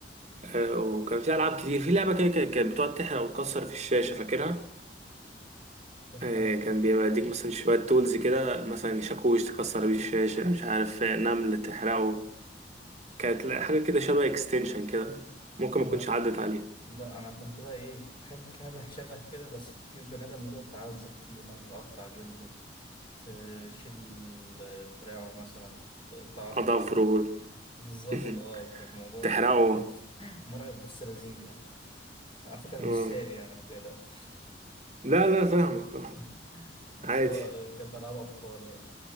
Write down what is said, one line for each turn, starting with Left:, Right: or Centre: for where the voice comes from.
Right: آه وكان في العاب كتير في لعبه كده كانت كانت بتقعد تحرق وتكسر في الشاشه فاكرها
Left: تحرقه
Right: آه، كان بيبقى يديك مثلا شوية تولز كده مثلا شاكوش تكسر بيه الشاشة مش عارف آه، نمل تحرقه كانت لا- حاجة كده شبه اكستنشن كده ممكن
Left: لا
Right: ما تكونش عدت عليه
Left: لا انا كنت بقى ايه بحب <laughs> لعبة شبه كده بس تجيب بني ادم وتقعد تعذب فيه مثلا تقطع جلده تشيل دراعه مثلا تقطع له
Right: أظافره
Left: <laughs> بالظبط
Right: <laughs>
Left: اه كان الموضوع
Right: تحرقه
Left: لذيذ <laughs> مرعب بس لذيذ يعني على فكرة انا
Right: آه.
Left: مش سادي يعني ما تقلقش
Right: لا لا فاهمك آه،
Left: <laughs> بس
Right: عادي
Left: هو كانت ألعاب أطفال بقى